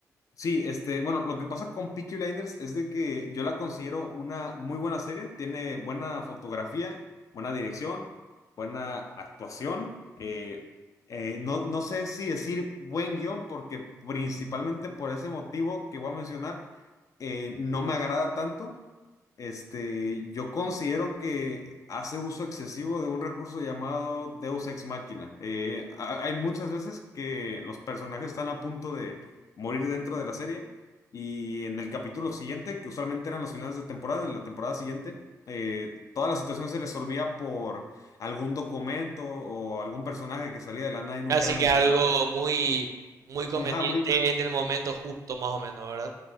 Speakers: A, on the left; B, on the right.
A: Sí, este, bueno, lo que pasa con Peaky Blinders es de que yo la considero una muy buena serie, tiene buena fotografía, buena dirección, buena actuación. eh, eh, no, no sé si decir buen guión, porque principalmente por ese motivo que voy a mencionar, eh, no me agrada tanto. Este, yo considero que hace uso excesivo de un recurso llamado Deus Ex Machina. Eh, ha- hay muchas veces que los personajes están a punto de morir dentro de la serie. Y en el capítulo siguiente, que usualmente eran los finales de temporada, en la temporada siguiente, eh, toda la situación se resolvía por algún documento o algún personaje que salía de la nada y nunca
B: Así
A: era mencionado.
B: que algo muy, muy conveniente
A: Y, ajá, muy,
B: en el momento justo, más o menos, ¿verdad?